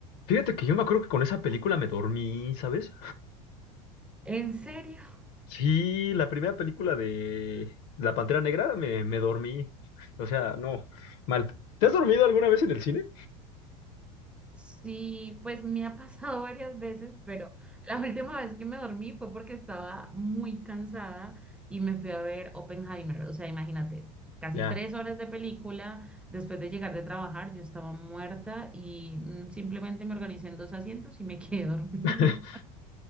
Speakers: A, on the left; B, in the centre.
A: Fíjate que yo me acuerdo que con esa película me dormí, ¿sabes?
B: ¿En serio?
A: Sí, la primera película de La Pantera Negra me, me dormí. O sea, no, mal. ¿Te has dormido alguna vez en el cine?
B: Sí, pues me ha pasado <laughs> varias veces, pero la última vez que me dormí fue porque estaba muy cansada y me fui a ver Oppenheimer. O sea, imagínate, casi
A: Ya.
B: tres horas de película. Después de llegar de trabajar, yo estaba muerta y mm, simplemente me organicé en dos asientos y me quedé dormida.
A: <laughs>